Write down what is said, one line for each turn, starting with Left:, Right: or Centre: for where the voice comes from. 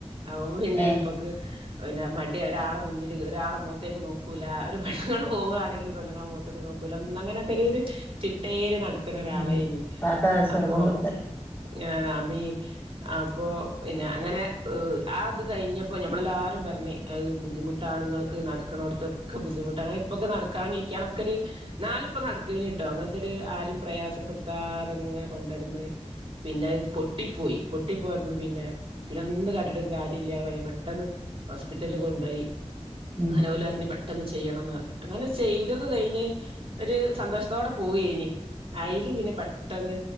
Right: അവൻ പിന്നെ
Left: ഏ
Right: ഉപ്പക്ക് പിന്നെ മടിയ ഒരാളെ മുന്നിൽ ഒരാളെ മുഖത്തേക്ക് നോക്കൂല്ല ഒരു പെണുങ്ങൾ പോവുകവാണെങ്കിൽ പെണ്ണുങ്ങളെ മുഖത്തേക്ക് നോക്കൂ അങ്ങനെക്കെ ഒരു ഒരു ചിട്ടേല്ല് നടക്കും അങ്ങനെ ഒരാളനി
Left: ഉം കാക്ക സ്വർഗം
Right: അപ്പൊ
Left: കൊടുക്കട്ടെ
Right: ഏ അമ്മീ അപ്പോൾ പിന്നെ അങ്ങനെ ആ അത് കഴിഞ്ഞപ്പോൾ നമ്മളെല്ലാവരും പറഞ്ഞ് അത് ബുദ്ധിമുട്ടാണ് നിങ്ങൾക്ക് നടക്കണോടത്ത് ഒക്കെ ബുദ്ധിമുട്ടാണ് ഇപ്പൊക്കെ നടക്കാനിരിക്കാനൊക്കെ ഒരു നാലിപ്പ നടക്കനി അങ്ങനത്തെ ഒരു ആരും പ്രയാസപ്പെടുത്താതെങ്ങെ കൊണ്ടടന്ന് പിന്നെ പൊട്ടിപ്പോയി പൊട്ടി പോയപ്പം പിന്നെ പിന്നെ ഒന്ന് കാട്ടീട്ടും കാര്യം ഇല്ലാതായി പെട്ടെന്ന് ഹോസ്പിറ്റലിൽ കൊണ്ടുപോയി
Left: ഉം
Right: അങ്ങനെ ഓല് അറിഞ്ഞ് പെ പെട്ടെന്ന് ചെയ്യണം എന്ന് പറഞ്ഞ് അങ്ങനെ ചെയ്തത് കഴിഞ്ഞ് അവര് സന്തോഷത്തോടെ പോയിനി അതിൽ പിന്നെ പെട്ടെന്ന്